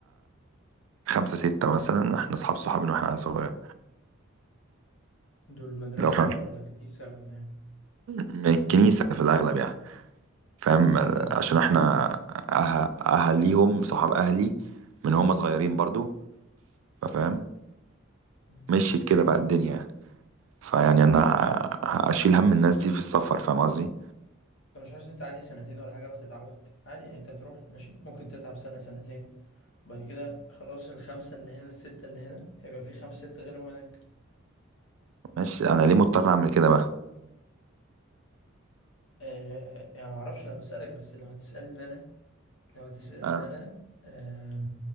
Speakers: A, on the right; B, on the left.
A: خمسة ستة مثلا احنا أصحاب صحاب من واحنا صغير
B: دول مدرسة
A: لو فاهم
B: بقى ولا كنيسة ولا ايه
A: اه من الكنيسة في الأغلب يعني فاهم
B: مم.
A: عشان احنا أه... أهاليهم صحاب أهلي من هم صغيرين برضو فاهم
B: مم.
A: مشيت كده بقى الدنيا فيعني أنا ه- هشيل هم الناس دي في السفر فاهم قصدي
B: انت مش حاسس ان انت عادي سنتين ولا حاجة وهتتعود عادي يعني انت هتروح ماشي ممكن تتعب سنة سنتين وبعد كده خلاص الخمسة اللي هنا الستة اللي هنا هيبقى في خمسة ستة غيرهم هناك
A: ماشي أنا ليه مضطر أعمل كده بقى
B: آه يعني معرفش أنا بسألك بس لو هتسألني أنا لو هتسألني
A: أه.
B: أنا آه